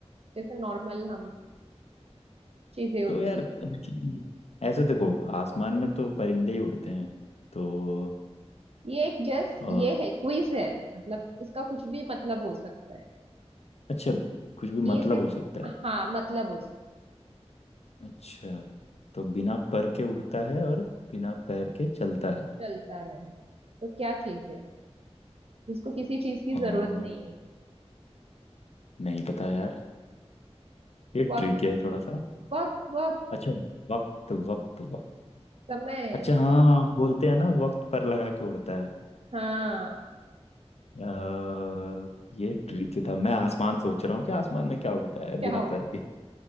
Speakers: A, on the right (about 60°); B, on the left (about 70°).
A: जैसे नॉर्मल हम चीजें होती
B: तो यार
A: है
B: लेकिन ऐसे देखो आसमान में तो परिंदे ही उड़ते हैं तो
A: ये एक जस्ट
B: और
A: ये है क्विज है मतलब इसका कुछ भी मतलब हो सकता है
B: अच्छा कुछ भी
A: ये
B: मतलब
A: सिर्फ
B: हो सकता है
A: हाँ मतलब हो सकता
B: अच्छा तो बिना पर के उड़ता है और बिना पैर के चलता है
A: चलता है तो क्या चीज है जिसको किसी चीज की
B: हाँ
A: जरूरत नहीं है
B: नहीं पता यार ये ट्रिक
A: वक्त
B: है थोड़ा सा
A: वक्त वक्त
B: अच्छा वक्त वक्त वक्त
A: समय
B: अच्छा हाँ बोलते हैं ना वक्त पर लगा के उड़ता है
A: हाँ
B: अ, ये
A: <laughs>
B: ट्रिकी था मैं आसमान सोच रहा हूँ कि आसमान में क्या उड़ता है
A: क्या
B: बिना
A: हुआ
B: पर के